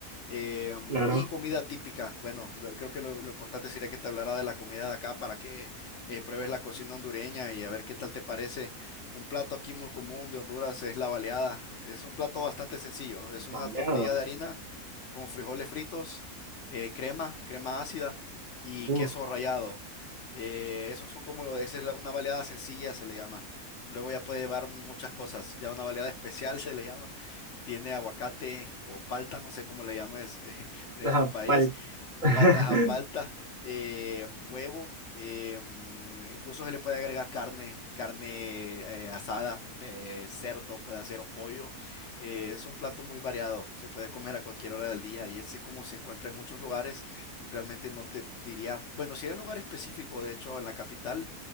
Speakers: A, on the left; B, on the right.
A: eh,
B: claro,
A: y comida típica. Bueno, lo- creo que lo, lo importante sería que te hablara de la comida de acá para que eh, pruebes la cocina hondureña y a ver qué tal te parece. Un plato aquí muy común de Honduras es la baleada. Es un plato bastante sencillo. Es una
B: Baleada.
A: tortilla de harina con frijoles fritos, eh, crema, crema ácida y
B: Uf,
A: queso rallado. Eh, esos son como, lo- esa es la- una baleada sencilla, se le llama. Luego ya puede llevar muchas cosas. Ya una baleada especial <laughs> se le llama tiene aguacate o palta, no sé cómo le llames <laughs> en
B: ajá,
A: tu país,
B: Palta. <laughs>
A: palta, ajá, palta, eh, huevo, eh, mm, incluso se le puede agregar carne, carne eh, asada, de cerdo, puede hacer o pollo, eh, es un plato muy variado, se puede comer a cualquier hora del día y ese como se encuentra en muchos lugares, realmente no te diría, bueno, si hay un lugar específico, de hecho, en la capital,